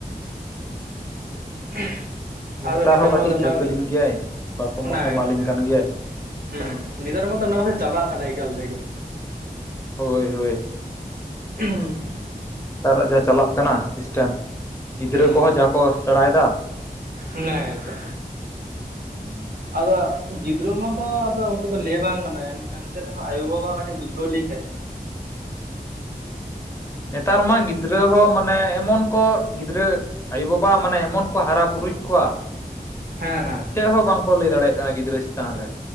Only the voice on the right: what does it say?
<inaudible>
ᱢᱟᱫᱚ ᱚᱱᱟ
ᱚᱱᱟ
ᱜᱮᱛᱚ ᱦᱮᱸ
ᱦᱩᱸ ᱱᱮᱛᱟᱨ ᱢᱟᱛᱚ ᱱᱚᱣᱟ ᱠᱚ ᱫᱚ ᱪᱟᱵᱟᱜ ᱠᱟᱱᱟ ᱮᱠᱟᱞ ᱛᱮᱜᱮ᱾
ᱩᱸᱦᱩᱸ
ᱦᱮᱸ
ᱟᱱᱟ ᱜᱮ ᱛᱚ
ᱟᱫᱚ ᱜᱤᱫᱽᱨᱟᱹ ᱢᱟ ᱫᱚ ᱟᱫᱚ ᱩᱱᱠᱩ ᱫᱚ ᱞᱮᱟᱹᱭ ᱵᱟᱝ ᱜᱟᱱᱚᱜ-ᱟ ᱮᱱᱛᱮ ᱨᱮᱦᱚᱸ ᱟᱭᱳᱵᱟᱵᱟ ᱠᱟᱹᱴᱤᱡ ᱵᱩᱡᱷᱟᱹᱣ ᱞᱮᱠᱷᱟᱭ
ᱦᱮᱸ ᱦᱮᱸ